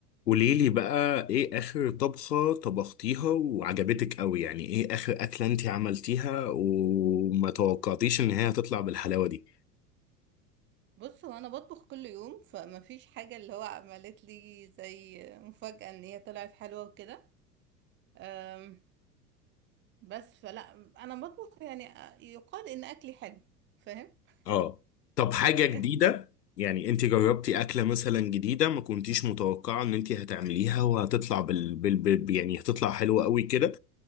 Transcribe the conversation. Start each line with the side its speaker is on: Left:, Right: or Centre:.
Left: قوليلي بقى ايه اخر طبخة طبختيها وعجبتك قوي يعني ايه اخر اكلة انتي عملتيها وما توقعتيش ان هي هتطلع بالحلاوة دي
Right: بص هو انا بطبخ كل يوم فما فيش حاجه اللي هو عملت لي زي مفاجاه ان هي طلعت حلوه وكده أم، بس فلا انا بطبخ يعني آه، يقال ان اكلي حلو فاهم <laughs>
Left: اه طب حاجة جديدة
Right: يعني
Left: يعني انتي جربتي اكلة مثلا جديدة ما كنتيش متوقعة ان انتي هتعمليها وهتطلع بال... بال... بال... يعني هتطلع حلوة قوي كده